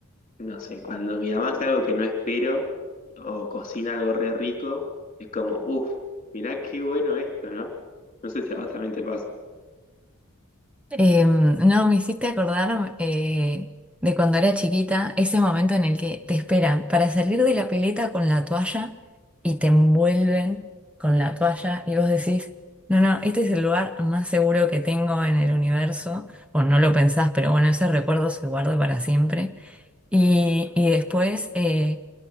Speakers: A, on the left (about 25°); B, in the centre.
A: No sé, cuando mi mamá hace algo que no espero o cocina algo re rico, es como, uff, mirá qué bueno esto, ¿no? No sé si a vos también te pasa.
B: Em, no, me hiciste acordar eh, de cuando era chiquita, ese momento en el que te esperan para salir de la pileta con la toalla y te envuelven con la toalla y vos decís, no, no, este es el lugar más seguro que tengo en el universo, o no lo pensás, pero bueno, ese recuerdo se guarda para siempre. Y, y después... eh,